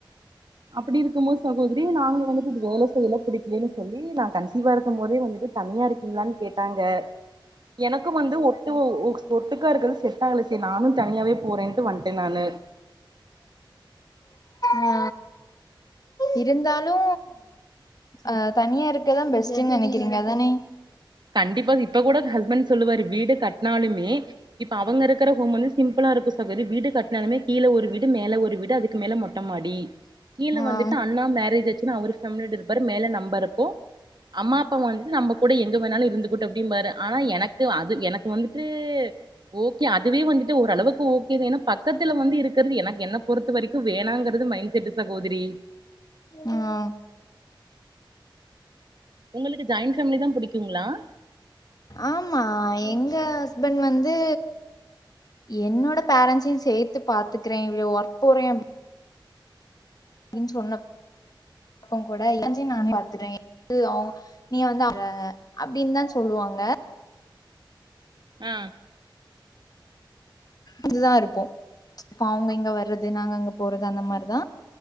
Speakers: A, on the right; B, on the left.
A: அப்படி இருக்கும் போது சகோதரி நாங்க வந்துட்டு இது வேலை செய்யல புடிக்கலன்னு சொல்லி நா கன்சீவா இருக்கும் போதே வந்துட்டு தனியா இருக் கீங்களான் கேட்டாங்க எனக்கு வந்து ஒட்டு ஒ ஒட்டுக்கா இருக்கிறது செட் ஆகல செரி நானு தனியாவே போறேன்ட்டு வந்ட்டே நானு
B: ஆ இருந்தாலு அ தனியா இருக்கறதா பெஸ்ட்டுன்னு நெனைக்கிறீங்க அதானே
A: கண்டிப்பா இப்ப கூட ஹஸ்பண்ட் சொல்லுவாரு வீடு கட்னாலுமே இப்ப அவங்க இருக்கிற ஹோம் வந்து சிம்பிளா இருக்கு சகோதரி வீடு கட்னாலுமே கீழ ஒரு வீடு மேல ஒரு வீடு அதுக்கு மேல மொட் ட மாடி கீழ
B: ஆ
A: வந்துட்டு அண்ணா மேரேஜ் ஆச்சுன்னு அவரு ஃபேம்லியோட இருப்பாரு மேல நம்பருப்போ அம்மா அப்பா வந்துட்டு நம்ப கூட எங் க வேனாலு இருந்துக்குட்டு அப்டின் பாரு ஆனா எனக்கு அது எனக்கு வந்துட்டு ஓகே அதுவே வந்துட்டு ஓரளவுக்கு ஓகே தா ஏனா பக்கத்துல வந்து இருக்கறது எனக் என்ன பொறுத்த வரைக் கு வேணாங்கறது மைண் செட்டு சகோதரி
B: ஹா
A: உங்களுக்கு ஜாயிண் ஃபேம்லி தா புடிக்குங்ளா
B: ஆமா ஆ எங்க ஹஸ்பண்ட் வந்து என்னோட பரன்ட்ஸையும் சேத்து பாத்துக்குறே ஒர்க் போறே அப்டின் சொன்னப்ப கூட எல்லாத்தையு நானே பாத்துக்குறே அவுங்க நீ வந்து அங்க அப்டின் தா சொல்லுவாங்க
A: ஆ
B: இதுதா இருப்போ அவங்க இங்க வர்றது நாங்க அங்க போறது அந்த மாரிதா